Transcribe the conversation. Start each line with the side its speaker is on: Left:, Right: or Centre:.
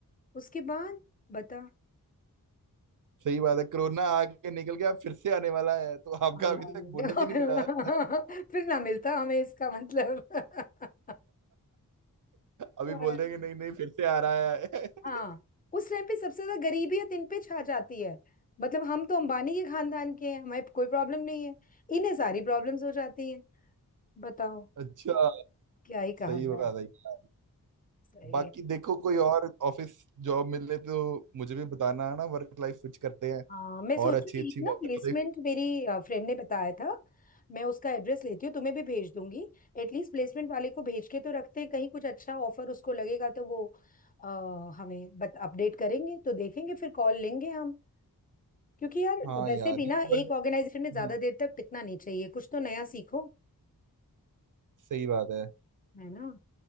Left: उसके बाद बता
Right: सही बात है कोरोना आके निकल गया फिर से आने वाला है तो आपका
Left: हाय
Right: अभी
Left: हाय।
Right: तक बोनस ही नहीं मिला
Left: <laughs> फिर ना मिलता हमें इसका मतलब <laughs>
Right: अभी
Left: पर
Right: बोल देंगे नहीं नहीं फिर से आ रहा है <laughs>
Left: हाँ उस टाइम पे सबसे ज्यादा गरीबियत इन पे छा जाती है मतलब हम तो अंबानी के खानदान के हैं हमें कोई प्रॉब्लम नहीं है इन्हें सारी प्रॉब्लम्स हो जाती हैं बताओ
Right: अच्छा
Left: क्या ही कहा
Right: सही
Left: जाए
Right: बात है
Left: सही
Right: बाकी
Left: है
Right: देखो कोई और ऑफिस जॉब मिले तो मुझे भी बताना है ना वर्क लाइफ स्विच करते हैं
Left: हाँ मैं सोचू
Right: और अच्छी अच्छी
Left: एक ना
Right: वर्क
Left: प्लेसमेंट
Right: लाइफ
Left: मेरी फ्रेंड ने बताया था मैं उसका एड्रेस लेती हूँ तुम्हें भी भेज दूंगी एटलीस्ट प्लेसमेंट वाले को भेज के तो रखते हैं, कहीं कुछ अच्छा ऑफर उसको लगेगा तो वो अ, हमें बत अपडेट करेंगे तो देखेंगे फिर कॉल लेंगे हम क्योंकि यार
Right: हाँ
Left: वैसे
Right: यार
Left: भी
Right: क्योंकि
Left: ना
Right: work-
Left: एक ऑर्गेनाइजेशन में ज्यादा
Right: हाँ,
Left: देर तक टिकना नहीं चाहिए कुछ तो नया सीखो
Right: सही बात है
Left: है ना